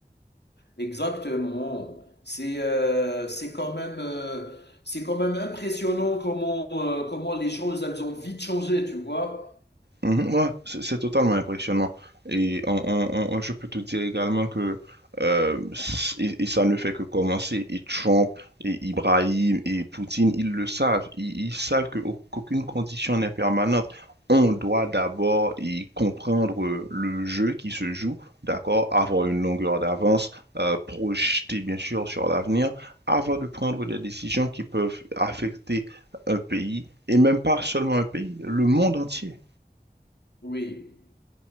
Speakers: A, on the left; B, on the right.
A: Exactement. C'est euh, c'est quand même euh, c'est quand même impressionnant comment euh, comment les choses elles ont vite changé, tu vois.
B: Mhm, ouais, c'est c'est totalement impressionnant. Et on, on- on- on- je peux te dire également que euh, s- et, et ça ne fait que commencer. Et Trump, et Ibrahim, et Poutine, ils le savent. Ils, ils savent que au- qu'aucune condition n'est permanente. On doit d'abord y comprendre euh, le jeu qui se joue, d'accord, avoir une longueur d'avance, euh, projeter bien sûr sur l'avenir, avant de prendre des décisions qui peuvent affecter un pays, et même pas seulement un pays, le monde entier.
A: Oui.